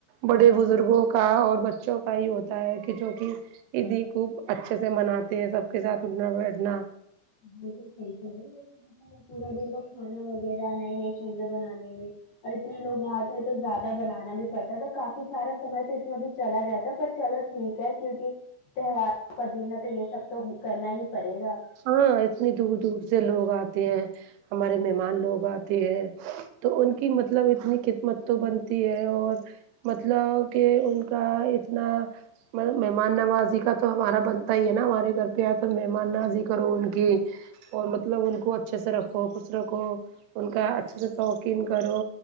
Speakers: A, on the right; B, on the left.
A: بڑے بزرگوں کا اور بچوں کا ہی ہوتا ہے کہ جو کہ عیدی خوب اچھے سے مناتے ہیں سب کے ساتھ اٹھنا بیٹھنا
B: بالکل صحیح فرماے آپ پورا دن تو کھانا وغیرہ نئی نئی چیزیں بنانے میں اور اتنے لوگ آتے ہیں تو زیا دہ بنانا بھی پڑتا ہے تو کافی سارا سمے تو اس میں بھی چلا جاتا ہے پر چلو ٹھیک ہے کیونکہ تہواروں کا دن ہے تو یہ سب تو کرنا ہی پڑے گا
A: ہاں اتنی دور دور سے لوگ آتے ہیں ہمارے مہمان لوگ آتے ہیں تو ان کی مطلب اتنی قسمت تو بنتی ہے اور مطلب کہ ان کا اتنا مہمان نوازی کا تو ہمارا بنتا ہی ہے نا ہمارے گھر پہ آئے تو مہمان نازی کا کرو ان کی اور مطلب ان کو اچھے سے رکھو خوش رکھو ان کا اچھے سے توقین کرو